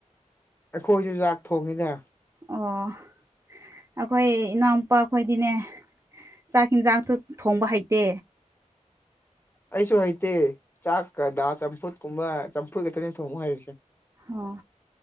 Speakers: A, on the left; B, on the right.
A: ꯑꯩꯈꯣꯏꯁꯨ ꯆꯥꯛ ꯊꯣꯡꯉꯤꯗ
B: ꯑꯣ ꯑꯩꯈꯣꯏ ꯏꯅꯥꯎꯄꯥ ꯈꯈꯣꯏꯗꯤꯅꯦ ꯆꯥꯛ ꯌꯦꯤꯟꯖꯥꯛꯇ ꯊꯣꯡꯕ ꯍꯩꯇꯦ꯫
A: ꯑꯩꯁꯨ ꯍꯩꯇꯦ ꯆꯥꯛꯀ ꯆꯝꯐꯨꯠ ꯀꯨꯝꯕ ꯆꯝꯐꯨꯠ ꯈꯛꯇꯅꯤ ꯊꯣꯡꯉꯨ ꯍꯥꯏꯩꯔꯤꯁꯦ꯫
B: ꯑꯣ